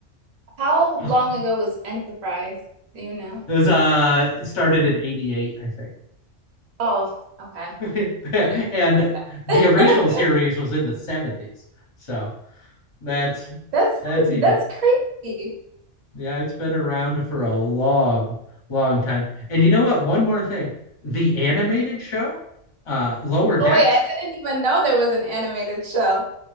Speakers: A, on the right (about 40°); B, on the left (about 30°).
A: How long
B: Oh,
A: ago was Enterprise? Do you know?
B: Those uh it started in 88, I
A: Oh, okay.
B: think. <laughs>
A: Pretty
B: and
A: far back.
B: the original series
A: <laughs>
B: was in the 70s. So that's
A: That's
B: that's even
A: that's crazy.
B: yeah, it's been around for a long, long time. And you know what? One more thing. The animated show, uh Lower Decks,
A: Oh wait, I didn't even know there was an animated show.